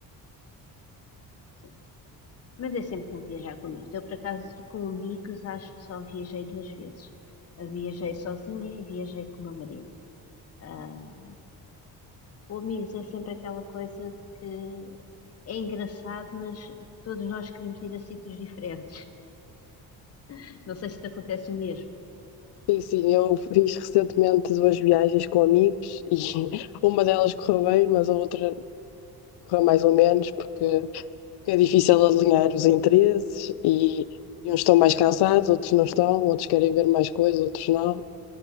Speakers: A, on the left; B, on the left.
A: Sim. Mas é sempre bom viajar com amigos. Eu, por acaso, com amigos, acho que só viajei duas vezes. Eu viajei sozinha e viajei com o meu marido. Ah, com amigos é sempre aquela coisa que é engraçado, mas todos nós queremos ir a sítios diferentes. <laughs> Não sei se te acontece o mesmo.
B: Sim, sim, eu fiz recentemente duas viagens com amigos e <laughs> uma delas correu bem, mas a outra correu mais ou menos, porque é difícil alinhar os interesses e, e uns estão mais cansados, outros não estão, outros querem ver mais coisas, outros não.